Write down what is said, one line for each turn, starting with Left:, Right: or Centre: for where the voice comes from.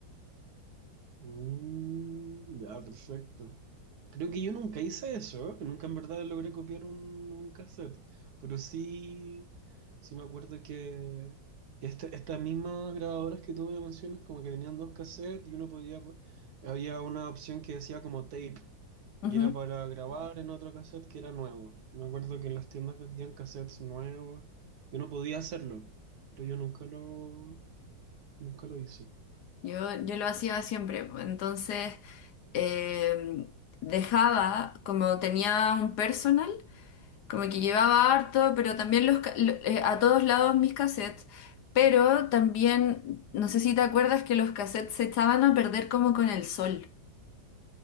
Right: Mm, ya, perfecto. Creo que yo nunca hice eso, ¿eh? Nunca en verdad logré copiar un, un cassette, pero sí, sí me acuerdo que, que este- estas mismas grabadoras que tú me mencionas como que tenían dos cassettes y uno podía, había una opción que decía como tape
Left: Ujú.
Right: y era para grabar en otro cassette que era nuevo. Me acuerdo que en las tiendas vendían cassettes nuevos, yo no podía hacerlo, pero yo nunca lo, nunca lo hice.
Left: Yo, yo lo hacía siempre. po. Entonces eh, dejaba, como tenía un personal, como que llevaba harto, pero también los, ca- lo- eh, a todos lados mis cassettes. Pero también, no sé si te acuerdas que los cassettes se echaban a perder como con el sol.